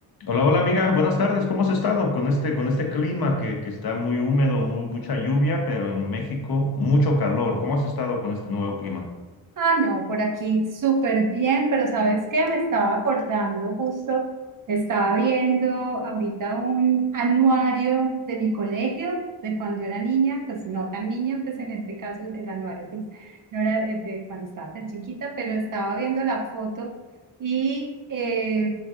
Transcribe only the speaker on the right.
Ah, no, por aquí súper bien, pero ¿sabes qué? Me estaba acordando justo, estaba viendo ahorita un anuario de mi colegio, de cuando era niña, pues no tan niña, pues en este caso el anuario, pues no era eh, de cuando estaba tan chiquita, pero estaba viendo la foto y eh,